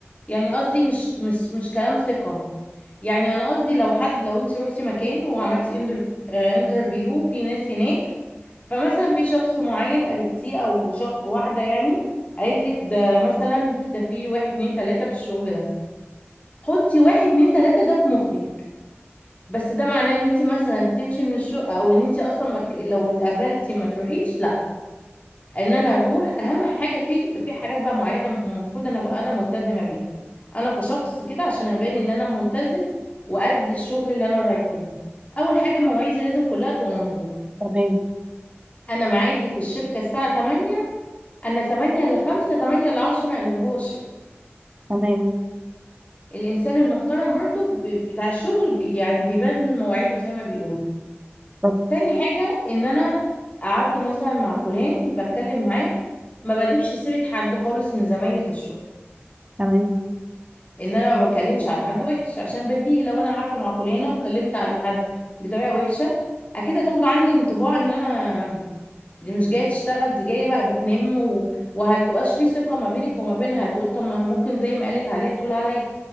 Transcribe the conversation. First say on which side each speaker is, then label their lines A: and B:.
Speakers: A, on the left; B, on the right.
A: يعني قصدي مش مش مش كلام ثقه يعني انا قصدي لو حد لو انت روحتي مكان وعملتي انترفيو في ناس هناك فمثلا في شخص معين قابلتيه او شخ... واحده يعني قالت لك ده مثلا ده في واحد اتنين تلاته في الشغل ده حطي واحد اتنين تلاته ده في مخك بس ده معناه ان انت مثلا تمشي من الشقه او ان انت اصلا ما ك- لو اتقابلتي ما تروحيش لا ان انا اروح اهم حاجه في في حاجات بقى معينه المفروض انا ابقى انا ملتزمه بيها انا كشخص كده عشان ابين ان انا ملتزم وقد الشغل اللي انا رايحه ده اول حاجه مواعيدي لازم كلها تبقى مظبوطه
B: تمام
A: انا معادي في الشركه الساعه 8 انا 8 ل 5 8 ل 10 ما انهجوش
B: تمام
A: الانسان المحترم برضو ب- بتاع الشغل بي يعني بيبان من مواعيده زي ما بيقولوا
B: طب
A: تاني حاجة ان انا قعدت مثلا مع فلان بتكلم معاه ما بجيبش سيرة حد خالص من زمايلي في الشغل
B: تمام
A: ان انا ما بتكلمش على حد وحش عشان بديهي لو انا قعدت مع فلانة واتكلمت على حد بطريقة وحشة اكيد هتاخد عني انطباع ان انا دي مش جاية تشتغل دي جاية بقى بتنم و... وهتبقاش في ثقة ما بينك وما بينها هتقول طب ما ممكن زي ما قالت عليها تقول عليا